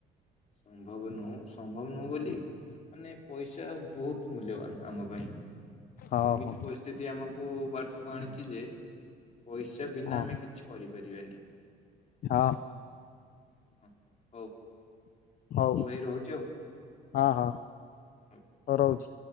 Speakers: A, on the left; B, on the left.
A: ସମ୍ଭବ ନୁହଁ ସମ୍ଭବ ନୁହଁ ବୋଲି ମାନେ ପଇସା ବହୁତ ମୂଲ୍ୟବାନ ଆମ ପାଇଁ।
B: ହଁ
A: ଏମିତି
B: ହୋ।
A: ପରିସ୍ଥିତି ଆମକୁ ବାଟକୁ ଆଣିଛି ଯେ ପଇସା ବିନା
B: ହଁ
A: ଆମେ କିଛି କରିବୁ ଜିବନି।
B: ହଁ।
A: ହ ହଉ।
B: ହଉ
A: ଭାଇ ରହୁଛି
B: ହ ହଁ
A: ଆଉ।
B: ରହୁଛି।